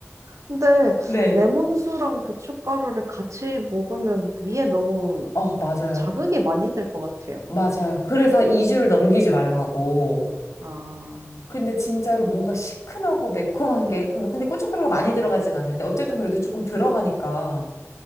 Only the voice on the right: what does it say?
근데
레몬수랑 고춧가루를 같이 먹으면 위에 너무
자극이 많이 될 것 같아요.
아,